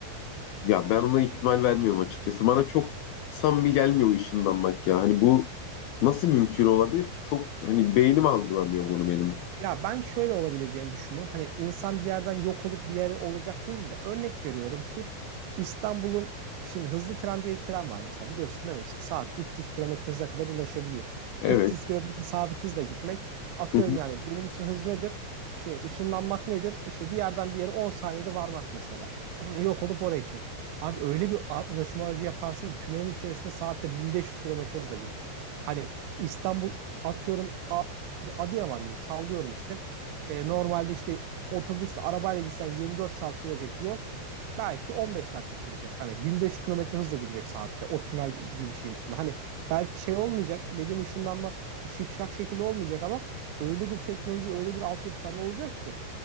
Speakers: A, on the left; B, on the right.
A: ya ben ona ihtimal vermiyorum açıkçası. Bana çok samimi gelmiyor o ışınlanmak ya. Hani bu nasıl mümkün olabilir ki? Çok hani beynim algılamıyor bunu benim.
B: Ya ben şöyle olabileceğini düşünüyorum. Hani insan bir yerden yok olup bir yere olacak değil de örnek veriyorum ki İstanbul'un şimdi hızlı tren diye bir tren var mesela biliyorsun değil mi? İşte saat 300 kilometre hıza kadar ulaşabiliyor.
A: Evet.
B: 300 kilometre sabit hızla gitmek atıyorum
A: Hı hı.
B: yani benim için hız nedir? Şey ışınlanmak nedir? İşte bir yerden bir yere 10 saniyede varmak mesela. <clears throat> Yok olup oraya gitmek. Abi öyle bir a- ulaşım aracı yaparsın ki tünelin içerisinde saatte 1500 kilometre hızla gider. Hani İstanbul atıyorum Adıyaman diyeyim sallıyorum işte. E, normalde işte otobüsle arabayla gitsen 24 saat sürecek yol belki 15 dakika sürecek. Hani 1500 kilometre hızla gidecek saatte o tünel gibi bir şeyin içinde. Hani belki şey olmayacak dediğim ışınlanma şipşak şekilde olmayacak ama öyle bir teknoloji öyle bir altyapı falan olacak ki